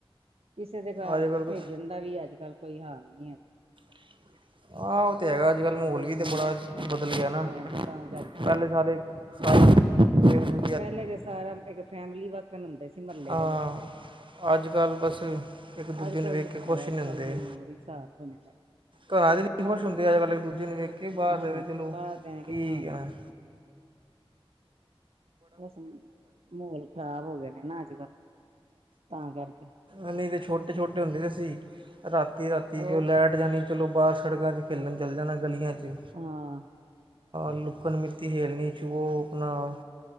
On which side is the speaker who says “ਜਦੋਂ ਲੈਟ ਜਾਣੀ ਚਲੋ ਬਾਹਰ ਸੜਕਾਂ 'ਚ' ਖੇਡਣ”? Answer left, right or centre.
Right